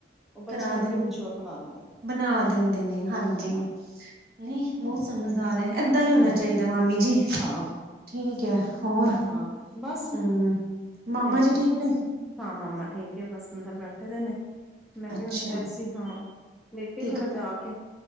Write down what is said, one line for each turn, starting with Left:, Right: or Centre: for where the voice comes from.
Centre: ਉਹ ਬੱਚੇ
Right: ਕਰਾ
Centre: ਨੂੰ ਆਪੇ
Right: ਦਿੰ
Centre: ਮਚਿਓਰ ਬਣਾ ਦਿੰਦੇ ਨੇ
Right: ਬਣਾ ਦਿੰਦੇ ਨੇ ਹਾਂਜੀ।
Centre: ਹਾਂ
Right: ਨਈ
Centre: ਹਨਾ
Right: ਬੋਤ ਸਮਝਦਾਰ ਐ, ਏਦਾਂ ਈ ਹੋਣਾ
Centre: ਹਾਂ
Right: ਚਾਈਦਾ ਮਾਮੀ ਜੀ।
Centre: ਹਾਂ
Right: ਠੀਕ ਐ ਹੋਰ।
Centre: ਹਾਂ ਬਸ
Right: ਹੂੰ। ਮਾਮਾ
Centre: ਤੇ
Right: ਜੀ ਠੀਕ ਨੇ?
Centre: ਹਾਂ ਮਾਮਾ ਠੀਕ ਏ, ਬਸ ਅੰਦਰ ਬੈਠੇ ਦੇ ਨੇ। ਮੈਂ ਵੀ
Right: ਅੱਛਾ
Centre: ਹੁਣ ਕੈ ਰੀ ਸੀ ਹਾਂ ਲੇਟੇੰ
Right: ਤੇ
Centre: ਥੋੜ੍ਹਾ ਜਾ ਕੇ।